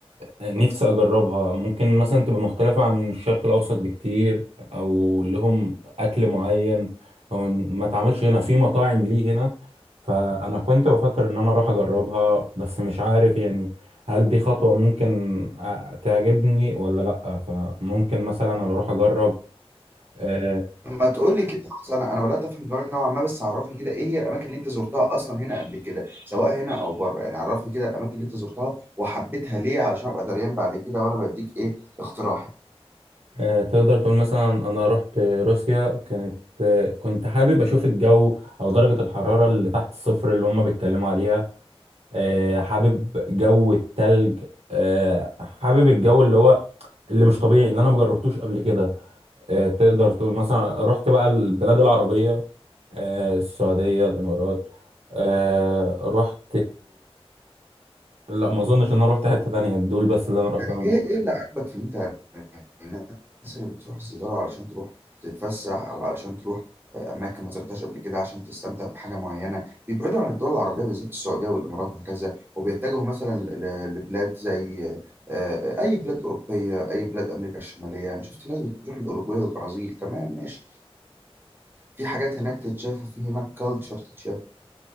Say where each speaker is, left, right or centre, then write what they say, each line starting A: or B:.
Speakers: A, on the right; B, on the right.
A: نفسي اجربها ممكن مثلا تبقى مختلفة عن الشرق الاوسط بكتير او لهم اكل معين هو ما اتعملش هنا في مطاعم ليه هنا فانا كنت بفكر ان انا اروح اجربها بس مش عارف يعني هل دي خطوة ممكن أ- تعجبني ولا لا فممكن مثلا انا اروح اجرب آه،
B: ما تقول لي كده خلاص انا انا بدأت افهم دماغك نوعا ما بس عرفني كده ايه هي الاماكن اللي انت زرتها اصلا هنا قبل كده سواء هنا او بره يعني عرفني كده الاماكن اللي انت زرتها وحبيتها ليه علشان ابقى دريان بعد كده وانا بديك ايه اقتراحي
A: آه، تقدر تقول مثلا انا رحت روسيا كانت آه، كنت حابب اشوف الجو او درجة الحرارة اللي تحت الصفر اللي هم بيتكلموا عليها آه، حابب جو التلج آه، حابب الجو اللي هو اللي مش طبيعي اللي انا مجربتوش قبل كده آه، تقدر تقول مثلا رحت بقى البلاد العربية آه، السعودية الامارات آه، رحت لا ما اظنش ان انا رحت حتة تانية دول بس اللي انا رحتهم
B: يعني ايه ايه اللي عاجبك في ان انت يعني الناس اللي بتروح زيارة علشان تروح تتفسح او علشان تروح آه، اماكن ما زرتهاش قبل كده عشان تستمتع بحاجه معينه بيبعدوا عن الدول العربيه بالذات السعوديه والامارات وهكذا وبيتجهوا مثلا ل- لبلاد زي آه، آه، اي بلاد اوروبيه اي بلاد امريكا الشماليه انا شفت ناس بتروح الاوروجواي والبرازيل تمام ماشي في حاجات هناك تتشاف وفي هناك كالتشر تتشاف